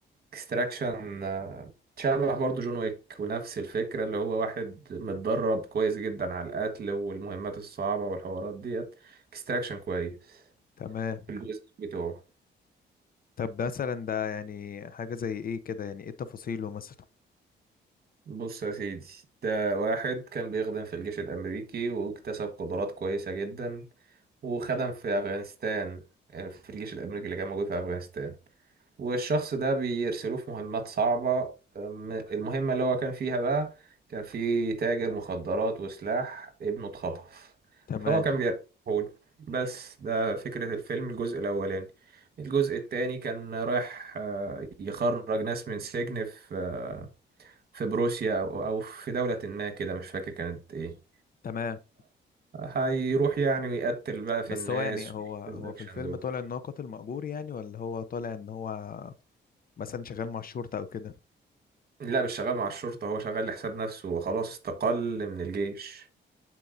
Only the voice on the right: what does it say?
اكستراكشن شبه برضه جون ويك ونفس الفكرة اللي هو واحد متدرب كويس جدا على القتل والمهمات الصعبة والحوارات ديت اكستراكشن كويس
الجزء بتوعه
بص يا سيدي ده واحد كان بيخدم في الجيش الأمريكي واكتسب قدرات كويسة جدا وخدم في أفغانستان آه، في الجيش الأمريكي اللي كان موجود في أفغانستان والشخص ده بيرسلوه في مهمات صعبة أم- المهمة اللي هو كان فيها بقى كان في تاجر مخدرات وسلاح ابنه اتخطف
فهو كان بيرجعهول بس ده فكرة الفيلم الجزء الأولاني الجزء التاني كان رايح آه، يخرج ناس من سجن في آه، في بروسيا أو أو في دولة ما كده مش فاكر كانت إيه
فهيروح يعني ويقتل بقى في
الناس
ويعمل
الأكشن
دول
لا مش شغال مع الشرطة هو شغال لحساب نفسه وخلاص استقل من الجيش